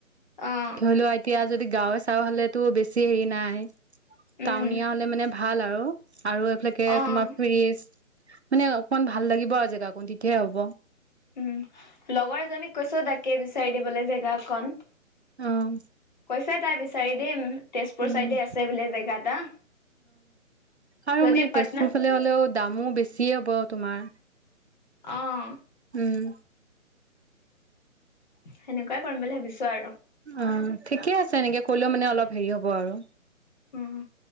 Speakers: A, on the left (about 35°); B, on the right (about 55°).
A: অঁ
B: ধৰি লও এতিয়া যদি গাঁৱে চাওঁ হাললেতো বেছি হেৰি নাই।
A: উম
B: টাউনীয়া হলে মানে ভাল আৰু আৰু এইফালাকে
A: অঁ
B: তোমাৰ ফ্ৰীজ মানে অকমান ভাল লাগিব আৰু জেগা কো দিতিহে হ'ব।
A: উম, লগৰ এজনীক কৈছ তাকে বিচাৰি দিবলৈ জেগা অকন।
B: অ',
A: কৈছে তাই বিচাৰি দিম তেজপুৰ
B: উম
A: চাইডে আছে বোলে জেগা এটা।
B: আৰু
A: যদি
B: মানে
A: পাটনা
B: তেজপুৰ লে হলেও দামো বেছিয়ে হ'ব তোমাৰ।
A: অঁ
B: উম,
A: সেনেকুৱাই কৰিম বুলি ভাবিছোঁ আৰু।
B: অ', ঠিকে আছে। এনেকে ক'লেও মানে অলপ হেৰি হ'ব আৰু।
A: উম,